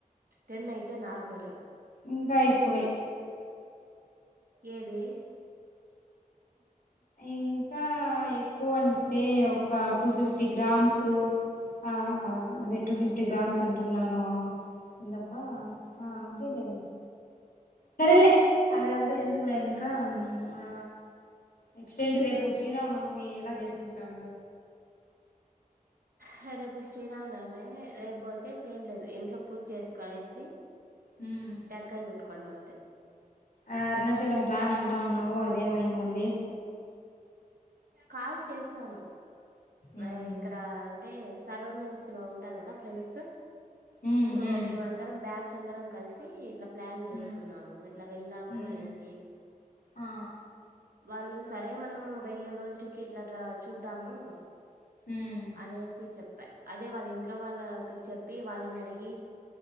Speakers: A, on the right; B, on the left.
A: టెన్ అయితే నార్మల్
B: ఇంకా ఎక్కువే
A: ఏది
B: ఇంకా ఎక్కువ అంటే ఒక టూ ఫిఫ్టీ గ్రామ్స్ ఆ అదే టూ ఫిఫ్టీ గ్రామ్స్ అంటున్నాను ఏందబ్బా ఆ అంతేలే సరేలే అదే అంత ఎందుకులే ఇంకా ఉమ్ ఆ నెక్స్ట్ ఏంటి రేపు శ్రీరామ్ నవమి ఎలా చేసుకుంటా ఉం
A: సరే పుష్ శ్రీరామనవమే రేపు వచ్చేసి ఏం లేదు ఇంట్లో పూజ చేసుకునేసి
B: ఉమ్
A: టెంకాయ్ కొట్ కోడం అంతే
B: ఆ అరుణాచలం ప్లాన్ అంటా ఉన్నావు అదేమైంది మళ్ళీ
A: కాల్ చేసాను
B: ఉమ్
A: ఆ ఇక్కడ అన్ అయితే సరౌండింగ్స్ లో ఉంటారు కదా ఫ్రెండ్స్
B: ఉమ్
A: సో
B: ఉమ్
A: మేమందరం బ్యాక్ చందరం కలిసి ఇట్లా ప్లాన్ చేసుకున్నాము
B: ఉమ్
A: ఎట్లా వెళ్దాము
B: ఉమ్
A: అనేసి
B: ఆ
A: వాళ్ళు సరే మనము వెళ్ళే రోజు ఇరికిల్లట్ల చూద్దాము
B: ఉమ్
A: అనేసి చెప్ పే అదే వాళ్ళ ఇంట్లో వాళ్ళకి చెప్పి వాళ్ళని అడిగి